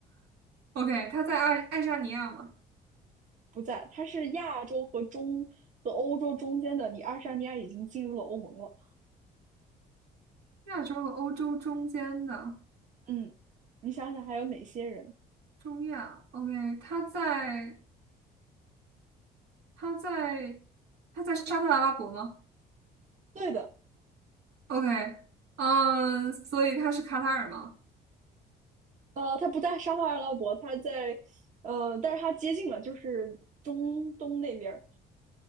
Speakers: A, on the right (about 80°); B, on the right (about 50°).
A: OK，它在爱爱沙尼亚嘛，
B: 不在，它是亚洲和中和欧洲中间的。你爱沙尼亚已经进入了欧盟了。
A: 亚洲和欧洲中间的
B: 嗯，你想想还有哪些人？
A: 中亚。OK，它在它在它在沙特阿拉伯吗
B: 对的，
A: ？OK，嗯，所以它是卡塔尔吗？
B: 呃，它不在沙特阿拉伯，它在呃，但是它接近了，就是中东那边儿